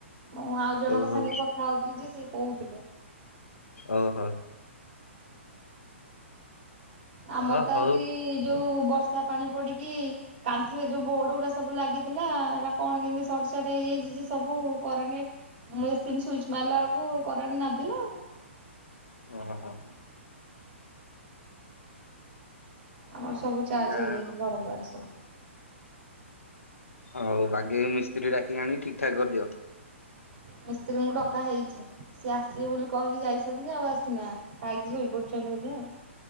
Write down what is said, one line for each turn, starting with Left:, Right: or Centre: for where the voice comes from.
Right: ମୁଁ ଆଉ ଜଣଙ୍କ
Left: ଓହୋ
Right: ସାଙ୍ଗେ କଥା ହୋଉଥିଲି ଯେ ସିଏ କୋହୁଥିଲେ।
Left: ଓହୋ।
Right: ଆମର
Left: ଓ
Right: ତ
Left: ହଉ
Right: ଆଜି ଯୋଉ ବର୍ଷା ପାଣି ପଡିକି କାନ୍ଥରେ ଯୋଉ ବୋଡ ଗୁଡା ସବୁ ଲାଗିଥିଲା ଏଟା କଣ କେମିତି ସଟ ସାଟ ହେଇଯାଇଚି ଯେ ସବୁ କରେନ ମେସିନ୍ ସୁଇଚ ମାରିଲା ବେଳକୁ କରେଣ୍ଟ ନଦିଲା ଆଉ।
Left: ଓ ହୋ।
Right: ଆମର ସବୁ ଚାର୍ଜ
Left: ଯାହା
Right: ହେଇଯାଇଚି ଘର ଦ୍ୱାର ସବୁ।
Left: ଆଉ ବାଗେଇ ମିସ୍ତ୍ରୀ ଡାକି ଆଣିକି ଠିକ୍ ଠାକ୍ କରିଦିଅ।
Right: ମିସ୍ତ୍ରୀ ଙ୍କୁ ଡକା ହେଇଚି। ସିଏ ଆସିବେ ବୋଲି କହିକି ଯାଇଛନ୍ତି ଯେ ଆଉ ଆସିନାହନ୍ତି ଖାଇକି ଶୋଇ ପଡିୁଛନ୍ତି ବୋଧେ ଆଉ।